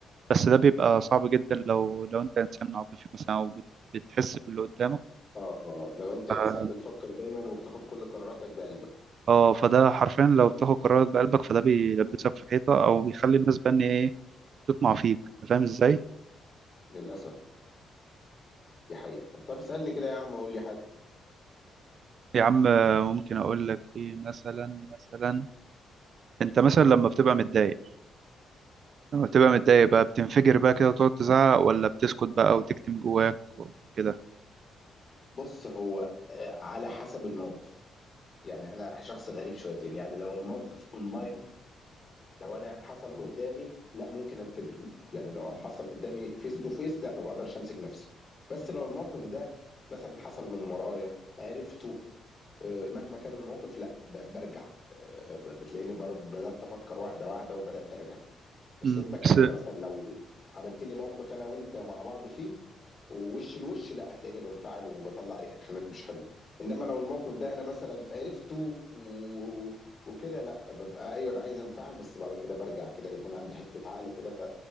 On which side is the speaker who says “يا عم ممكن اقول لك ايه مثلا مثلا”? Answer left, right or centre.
Right